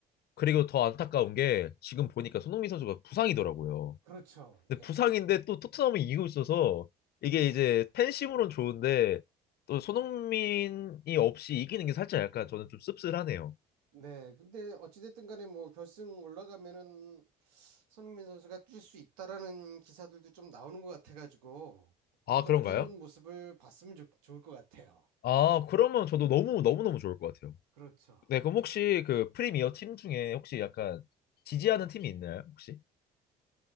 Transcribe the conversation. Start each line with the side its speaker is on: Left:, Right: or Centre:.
Left: 그리고 더 안타까운 게 지금 보니까 손흥민 선수가 부상이더라고요.
Right: 그렇죠.
Left: 근데
Right: 예.
Left: 부상인데 또 토트넘이 이기고 있어서 이게
Right: 예.
Left: 이제 팬심으로는 좋은데 또 손흥민이 없이 이기는 게 살짝 약간 저는 좀 씁쓸하네요.
Right: 네. 근데 어찌됐든 간에 뭐 결승 올라가면은 손흥민 선수가 뛸 수 있다라는 기사들도 좀 나오는 것 같아가지고
Left: 아,
Right: 한번
Left: 그런가요?
Right: 뛰는 모습을 봤으면 좋, 좋을 것 같아요.
Left: 아, 그러면 저도 너무 너무너무 좋을 것 같아요.
Right: 그렇죠.
Left: 네, 그럼
Right: 예.
Left: 혹시 그 프리미어 팀 중에 혹시 약간 지지하는 팀이 있나요, 혹시?